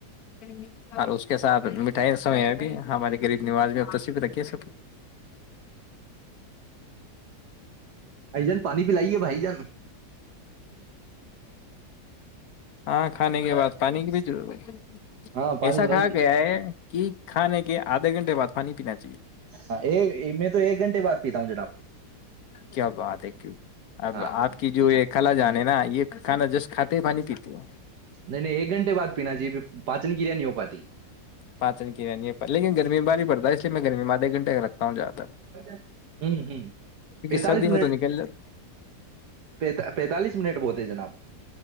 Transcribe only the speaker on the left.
<unintelligible> اس کے ساتھ مٹھائی سمے اب ہمارے غریب نواز میں تصف رکھیے سب
ہاں کھانے کے بعد پانی کی بھی ضرورت ہوئی
ایسا کہھا
گیا ہے کہ کھے کے آدے گھنٹے بع پانی پیین
کیا بات ہے کی اب
آپ کی جو ایک کلا جان ہے نا یہ کھانا جسٹ کھاتے ہیں پانی پیتے ہیں
پانچن کیانی پ پر لن گمی باری پڑتا ہے اس لیے میں گرمی میںدھے گھنٹے رکھتا ہوں جدہ
کیونکہ
سردی میں
تو نکل جاتا